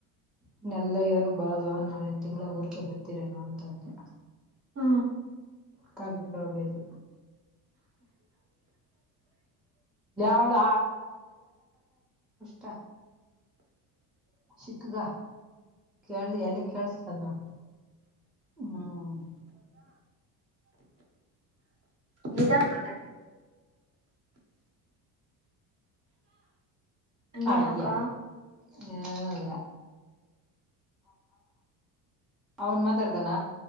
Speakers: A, in the centre; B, on the right.
A: ಇನ್ನೆಲ್ಲ ಏನಕ್ ಬರೋದು ನಾ ಒಂದ್ ತಿಂಗಳಾಗ್ ಊರ್ಕೆ ಬರ್ತೀರೇನೋ ಧನ್ಯ
B: ಹಾ
A: ಕಲ್ ರೋಗಲ್ಲ ಅವಳು ತಾ ಚಿಕ್ಕಗ ಕೇಳ್ದೆ ಎಲ್ಲಿಗ್ ಕೇಳಸ್ತದ್ ನೋಡು ಹ್ಮ್
B: ನಿಧಾನಕ್ ಮಾತಾಡ್ ಇನ್ನೇನಕ್ಕ
A: ಅಯ್ಯ <unintelligible> ಅವ್ನ್ ಮಾತಾಡ್ತಾನ